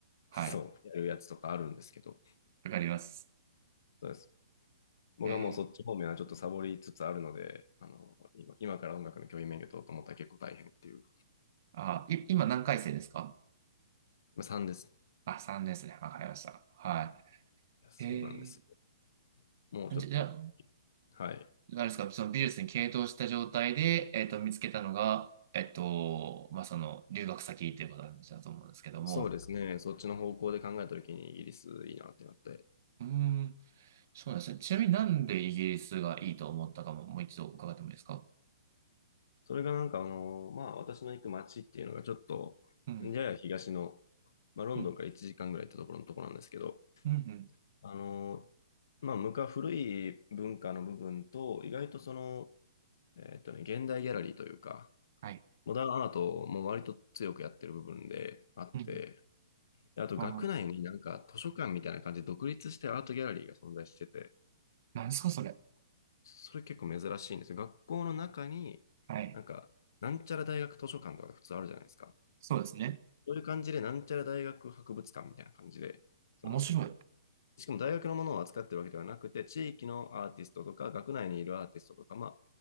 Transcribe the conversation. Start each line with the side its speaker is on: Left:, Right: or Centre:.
Right: あ、
Left: そう、
Right: <laughs> はい、
Left: やるやつとかあるんですけど、
Right: わかります。
Left: そうです。僕はもうそっち方面はちょっとサボりつつあるので、
Right: へえ
Left: あの、今今から音楽の教員免許取ろうと思ったら結構大変っていう。
Right: あ、い、今何回生ですか
Left: まあ、3です。い
Right: あ、3年ですね。わかりました。は
Left: やそうなんですよ。
Right: い。え
Left: もうちょっと、
Right: ー、じゃ、じゃあ、
Left: はい。
Right: 何ですか、その美術に傾倒した状態で、えっと、見つけたのが、えっと、まあ、その、留学先っていうことなんだと思うんですけども。
Left: そうですね。そっちの方向で考えたときにイギリスいいなってなって。
Right: うーん、そうなんですね。ちなみになんでイギリスがいいと思ったかも、もう一度伺ってもいいですか
Left: それがなんかあの、まあ私の行く街っていうのがちょっと、
Right: うん、
Left: やや東の、まあロンドンから1時間ぐらい行ってところのところなんですけど、
Right: うん、うん、うん。
Left: あの、まあ昔古い文化の部分と、意外とその、えっとね、現代ギャラリーというか、
Right: はい。
Left: モダンアートも割と強くやってる部分であって、
Right: うん。
Left: であと学内になんか図書館みたいな感じで独立してアートギャラリーが存在してて、
Right: ああ、何ですか、それ。
Left: それ結構珍しいんですよ。学校の中に、
Right: はい。
Left: なんか、なんちゃら大学図書館とか普通あるじゃないですか。
Right: そうですね。
Left: そういう感じで、なんちゃら大学博物館みたいな感じで、その、
Right: 面白い。う
Left: しかも大学のものを扱ってるわけではなくて、地域のアーティストとか、学内にいるアーティストとか、まあ、